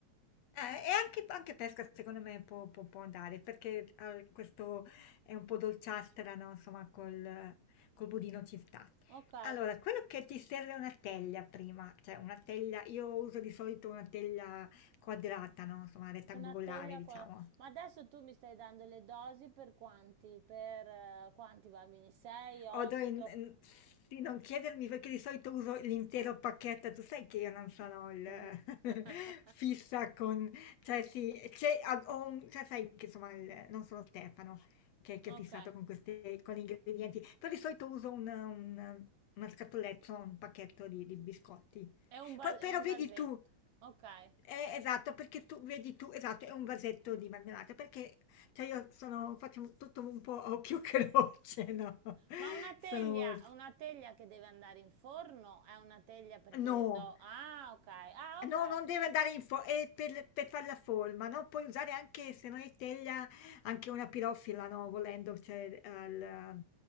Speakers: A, on the left; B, on the right.
A: Eh, e anche anche pesca secondo me può può può andare, perché, uhm, questo è un po' dolciastra, no, insomma col col budino ci sta.
B: Ok,
A: Allora, quello che ti serve è una teglia prima, cioè una teglia io uso di solito una teglia quadrata, no, insomma rettangolare
B: una teglia
A: diciamo.
B: qua. Ma adesso tu mi stai dando le dosi per quanti? Per eh, quanti bambini? 6, 8?
A: Odo in- in- sì, non chiedermi perché di solito uso l'intero pacchetto, tu sai che io non sono il <laughs>
B: <laughs>
A: fissa con, cioè sì, c'è- ho un- cioè, sai che insomma il- non sono Stefano che, che
B: Ok.
A: è fissato con queste, con gli ingredienti, però di solito uso un, un- una scatoletta, un pacchetto di, di biscotti.
B: È un, va-
A: Poi-
B: è
A: però
B: un
A: vedi
B: vasetto,
A: tu,
B: ok.
A: eh, esatto, perché tu, vedi tu, esatto, è un vasetto di marmellata, perché cioè io sono faccio tutto un po' a occhio <laughs> croce, no?
B: Ma una teglia,
A: Sono molto
B: una teglia che deve andare in forno è una teglia perché
A: no!
B: do... Ah, ok, ah, ok.
A: No, non deve andare in fo e per per far la forma, no, puoi usare anche se non è teglia, anche una pirofila, no, volendo, cioè al